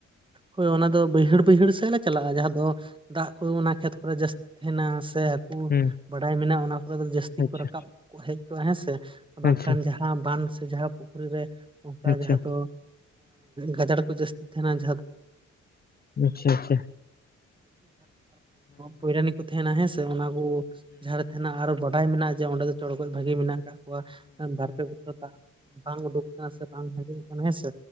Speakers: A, on the right; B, on the left.
A: ᱦᱳᱭ ᱚᱱᱟ ᱫᱚ ᱵᱟᱹᱭᱦᱟᱹᱲ ᱵᱟᱹᱭᱦᱟᱹᱲ ᱥᱮᱫ ᱞᱮ ᱪᱟᱞᱟᱜ-ᱟ ᱡᱟᱦᱟᱸ ᱫᱚ ᱫᱟᱜ ᱠᱚ ᱚᱱᱟ ᱠᱷᱮᱛ ᱠᱚᱨᱮ ᱡᱟᱹᱥᱛᱤ ᱛᱟᱦᱮᱱᱟ ᱥᱮ ᱦᱟᱠᱩ
B: ᱦᱩᱸ
A: ᱵᱟᱰᱟᱭ ᱢᱮᱱᱟᱜ-ᱟ ᱚᱱᱟ ᱠᱚᱨᱮ ᱫᱚ ᱡᱟᱹᱥᱛᱤ
B: ᱟᱪᱪᱷᱟ
A: ᱠᱚ ᱨᱟᱠᱟᱵ ᱦᱮᱡ ᱠᱚᱜ-ᱟ ᱦᱮᱸ ᱥᱮ ᱵᱟᱝᱠᱷᱟᱱ
B: ᱟᱪᱪᱷᱟ
A: ᱡᱟᱦᱟᱸ ᱵᱟᱸᱫᱷ ᱥᱮ ᱡᱟᱦᱟᱸ ᱯᱩᱠᱷᱨᱤ ᱨᱮ ᱚᱱᱠᱟ
B: ᱟᱪᱪᱷᱟ
A: ᱡᱟᱦᱟᱸ
B: ᱟᱪᱪᱷᱟ
A: ᱫᱚ ᱜᱟᱡᱟᱲ ᱠᱚ ᱡᱟᱹᱥᱛᱤ ᱛᱟᱦᱮᱱᱟ ᱡᱟᱦᱟᱸ
B: ᱟᱪᱷᱟ-ᱟᱪᱷᱟ
A: ᱯᱚᱭᱨᱟᱱᱤ ᱠᱚ ᱛᱟᱦᱮᱱᱟ ᱦᱮᱸᱥᱮ ᱚᱱᱟ ᱠᱚ ᱡᱷᱟᱲ ᱛᱟᱦᱮᱱᱟ ᱟᱨᱚ ᱵᱟᱰᱟᱭ ᱢᱮᱱᱟᱜᱼᱟ ᱡᱮ ᱚᱸᱰᱮ ᱫᱚ ᱪᱚᱲᱠᱚᱡ ᱵᱷᱟᱹᱜᱤ ᱢᱮᱱᱟᱜ ᱠᱟᱫ ᱠᱚᱣᱟ᱾ ᱵᱟᱨ ᱯᱮ ᱵᱚᱪᱷᱚᱨ ᱫᱟᱜ ᱵᱟᱝ ᱩᱰᱩᱠ ᱟᱠᱟᱱᱟ ᱥᱮ ᱵᱟᱝ ᱦᱟᱸᱡᱮᱜ ᱟᱠᱟᱱᱟ ᱦᱮᱸᱥᱮ